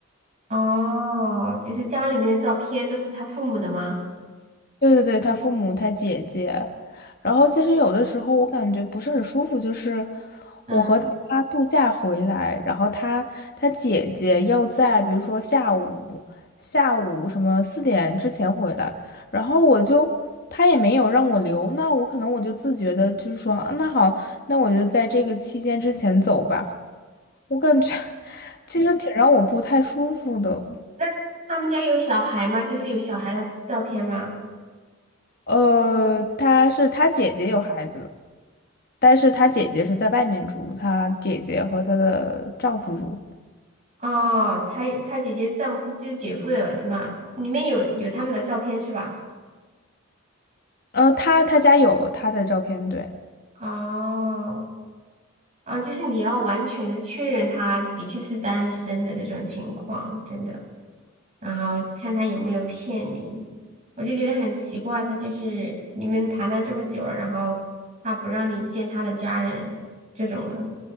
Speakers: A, on the right (about 35°); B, on the left (about 50°).
A: 哦，就是家里面的照片都是他父母的吗？
B: 对对对，他父母，他姐姐，然后其实有的时候我感觉不是很舒服，就是
A: 嗯，
B: 我和他度假回来，然后他他姐姐要在比如说下午下午什么四点之前回来，然后我就他也没有让我留，那我可能我就自觉的就是说，啊那好，那我就在这个期间之前走吧，我感觉 <laughs> 其实挺让我不太舒服的，
A: 那他们家有小孩吗？就是有小孩的照片吗？
B: 呃，他是他姐姐有孩子。但是她姐姐是在外面住，她姐姐和她的丈夫住。
A: 哦，他他姐姐丈夫就是姐夫的是吗？里面有有他们的照片是吧？
B: 呃，她她家有她的照片，对。
A: 哦，哦，就是你要完全的确认他的确是单身的这种情况，真的，然后看他有没有骗你。我就觉得很奇怪，他就是你们谈了这么久了，然后他不让你见他的家人这种的。